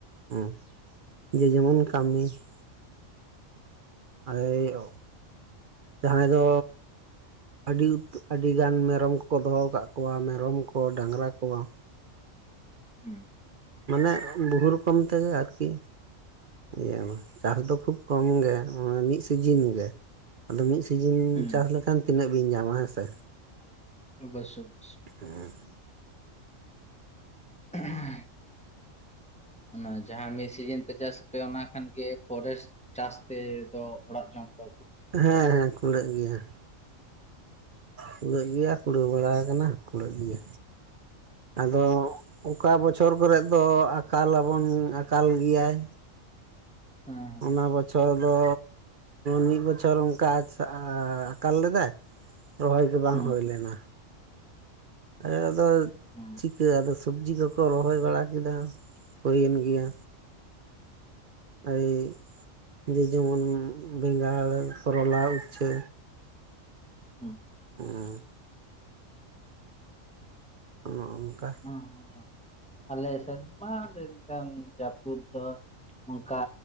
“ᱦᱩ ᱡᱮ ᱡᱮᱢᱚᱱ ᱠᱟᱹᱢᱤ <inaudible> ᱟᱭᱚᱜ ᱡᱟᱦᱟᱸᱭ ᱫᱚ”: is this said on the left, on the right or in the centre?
Right